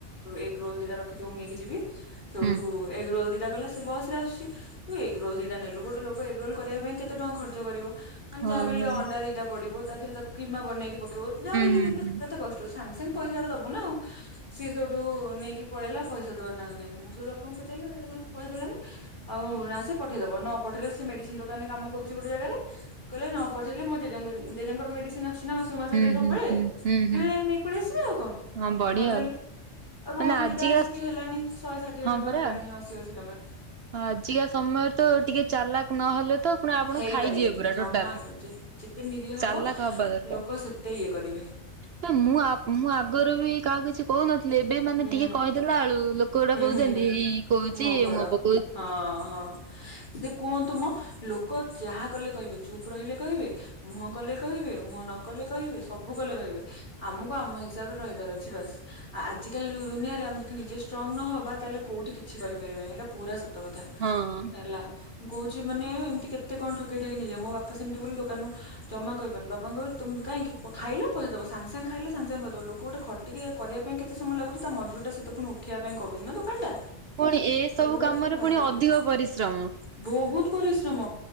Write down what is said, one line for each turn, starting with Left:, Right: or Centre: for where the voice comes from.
Left: ଏଗ ରୋଲ ଦିଟା ରଖିଥିବ ମୁଁ ନେଇକି ଯିବି। ସେଉଠୁ
Right: ହୁଁ
Left: ଏଗ ରୋଲ ଦିଟା। ଗଲା ସିଏ ବସ୍ ରେ ଆସୁଛି, ତୁ ଏଗ୍ ରୋଲ୍ ଦିଟା ନେଲୁ, ଗୋଟେ ଲୋକ ଏଗ୍ ରୋଲ୍ କରିବା ପାଇଁ କେତେ ଟଙ୍କା ଖର୍ଚ୍ଚ କରିବ। ମାନେ
Right: ହଁ
Left: ଯାହା ବି ହେଲେ
Right: ହଉ
Left: ଅଣ୍ଡା ଦିଟା ପଡିବ। ତା ଦିହରେ ତାକୁ କିମା ବନେଇକି ପ ତୋର ଯାର ହେଲେ
Right: ହୁଁ
Left: କେତେ
Right: ହୁଁ
Left: କେତେ କଷ୍ଟ ସାଙ୍ଗ ସାଙ୍ଗ
Right: ହୁଁ।
Left: ପଇସାଟା ଦବୁ ନା ଆଉ। ସିଏ ସେଇଠୁ ନେଇକି ପଳେଇଲା ପଇସା ଦବା ନାଁ ନାହିଁ, ମୁଁ ସେଇଠୁ ବାପାଙ୍କୁ ପଚାରିଲି କାଇଁ ସେ ପଇସା ଦେଲାନି, ଆଉ ନା ସେ ପଠେଇଦବ, ନ ପଠେଇଲେ ସେ ମେଡିସିନ୍ ଦୋକାନରେ କାମ କରୁଛି ଗୋଟେ ଜାଗାରେ, କହିଲେ ନ ପଠେଇଲେ ମୋ ଜେଜେଙ୍କ ଉଁ, ଉଁ, ଜେଜେଙ୍କର ମେଡିସିନ୍ ଆ ଆସେନା ମାସକୁ ମାସ
Right: ହୁଁ
Left: ଦେଇ ସବବେଳେ,
Right: ହୁଁ ହୁଁ ହୁଁ
Left: ଝିଅ
Right: ହୁଁ
Left: ଯାଇକି ନେଇକି ପଳି ଆସିବ ଆଉ କଣ
Right: ହଁ ବଢିଆ
Left: ନଦେଲେ
Right: ଆଉ।
Left: ଆଉ ରୋଲ୍
Right: ମାନେ ଆଜିକା
Left: ଦିଟା ଆସିକି ହେଲାଣି ଶହେ ଷାଠିଏ
Right: ହଁ
Left: ଟଙ୍କା
Right: ପରା
Left: ହେଲାଣି ଅଶୀ ଅଶୀ ଟଙ୍କା।
Right: ଆଜିକା ସମୟରେ ତ ଟିକେ ଚାଲାକ ନହେଲେ ତ ପୁଣି ଆପଣ
Left: ହେଇପାରିବେନି
Right: ଖାଇଯିବେ ପୁରା
Left: ଜମା
Right: ଟୋଟାଲ,
Left: ହେବନି ଯେତେ ନିରୀହ ହବ
Right: ଚାଲାକ ହବା ଦରକାର,
Left: ଲୋକ ସେତେ ଇଏ କରିବେ
Right: ନା ମୁଁ ମୁଁ ଆଗରୁ ବି କାହାକୁ କିଛି କହୁନଥିଲି, ଏବ ଏ ମାନେ
Left: ହୁଁ
Right: ଟିକେ କହି ଦେଲାଳୁ ଲୋ କୋଉଟା
Left: ହୁଁ
Right: କହୁଚନ୍ତି
Left: ହୁଁ ହୁଁ।
Right: ଏଇ କହୁଚି
Left: ମୁହଁ ଘୋର
Right: ମୋ ପ
Left: ହଁ, ହଁ ସେ କୁହନ୍ତୁ ମୋ ଲୋ କ -ଯାହା କଲେ କହିବେ ଚୁପ୍ ରହିଲେ କହିବେ, ମୁହଁ କଲେ କହିବେ, ମୁହଁ ନ କଲେ କହିବେ, ସବୁ କଲେ କହିବେ, ଆମକୁ ଆମ ହିସାବରେ ରହିବାର ଅଛି ବାସ୍, ଆଜିକାଲି ଯୋଉ ଦୁନିଆରେ ଆମେ ଯଦି ନିଜେ ଷ୍ଟ୍ରଙ୍ଗ ନ ହବା ତାହେଲେ କୋଉଠି କିଛି କରିପାରିବା ନାହିିଁ। ଏଇଟା ପୁରା ସତ କଥା
Right: ହଁ।
Left: ହେଲା ମୁଁ କହୁ ଚି-ମାନେ ଏମିତି କେତେ କଣ ଠକେଇ ଠକି ନେଇଯିବେ, ମୋ ବାପା ସେମିତି ବୋଲି ଦୋକାନରୁ ଜମା କହିବନି ବାପାଙ୍କୁ କହିବ ତୋମେ କାଇଁକି ପ-ଖାଇଲ ପଇସା ଦବ, ସାଙ୍ଗ ସାଙ୍ଗ ଖାଇଲ ସାଙ୍ଗେ ସାଙ୍ଗ ପଇସା ଦବ ଲୋକ ଗୋଟେ ଖଟିକି ଇଏ କରିବା ପାଇଁ କେତେ ସମୟ ଲାଗୁଚି ତା ମଜୁରୀଟା ସିଏ ତ ପୁଣି ଉଠେଇବା ପାଇଁ କରୁଚୁ ନା ଦୋକାନଟା।
Right: ପୁଣି ଏସବୁ
Left: ଏଇଗୁଡା
Right: କାମରେ
Left: ସବୁ ଭାରି
Right: ପୁଣି ଅଧିକ
Left: ଇଏ
Right: ପରିଶ୍ରମ।
Left: ବହୁତ ପରିଶ୍ରମ